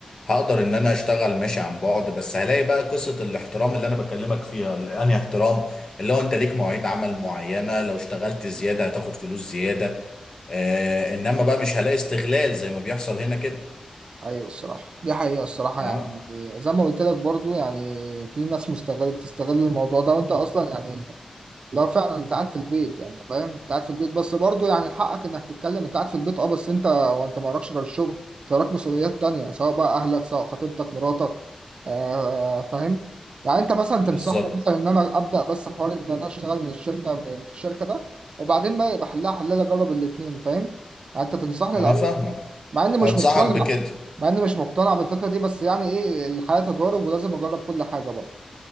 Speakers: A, on the left; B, on the right.
A: هقدر ان انا اشتغل ماشي عن بعد بس هلاقي بقى قصة الاحترام اللي انا بكلمك فيها انهي احترام اللي هو انت ليك مواعيد عمل معينة لو اشتغلت زيادة هتاخد فلوس زيادة آه انما بقى مش هلاقي استغلال زي ما بيحصل هنا كده
B: ايوه الصراحه دي حقيقه الصراحه
A: اه
B: يعني زي ما قلت لك برضو يعني في ناس مستغل بتستغل الموضوع ده وانت اصلا يعني لو فعلا انت قاعد في البيت يعني انت فاهم انت قاعد في البيت بس برضو يعني حقك انك تتكلم انت قاعد في البيت اه بس انت وانت ما وراكش غير الشغل انت وراك مسؤوليات تانية سواء بقى اهلك سواء خطيبتك مراتك آه فاهم يعني انت مثلا تنصحني
A: بالظبط
B: مثلا ان انا ابدا بس حوار ان انا اشتغل من الشركه من الشركه ده وبعدين بقى بحلها حلال اجرب الاثنين فاهم يعني انت تنصحني
A: انا
B: الاول
A: فاهمك
B: مع اني مش
A: انصحك
B: مقتنع
A: بكده
B: مع اني مش مقتنع بالفكره دي بس يعني ايه الحياه تجارب ولازم اجرب كل حاجه برضه